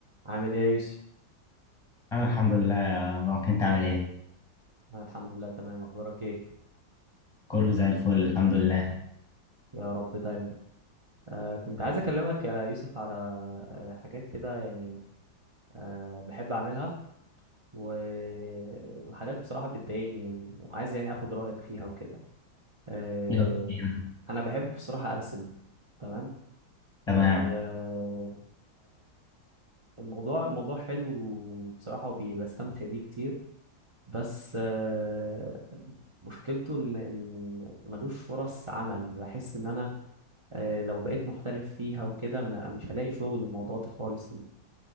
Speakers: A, on the right; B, on the left.
A: عامل ايه يا يوسف؟
B: أنا الحمد لله يا مروان أنت عامل إيه؟
A: أنا الحمد لله تمام اخبارك ايه؟
B: كله زي الفل الحمد لله
A: يا رب دايما آه كنت عايز اكلمك يا يوسف على آه حاجات كده يعني آه بحب اعملها و- وحاجات بصراحة بتضايقني وعايز يعني اخد رأيك فيها وكده آه
B: يلا بينا
A: انا بحب بصراحة ارسم تمام
B: تمام
A: آه فالموضوع الموضوع حلو بصراحة وبستمتع بيه كتير بس آه مشكلته ان إن ملوش فرص عمل بحس ان انا آه، لو بقيت محترف فيها وكده ما- مش هلاقي شغل الموضوع ده خالص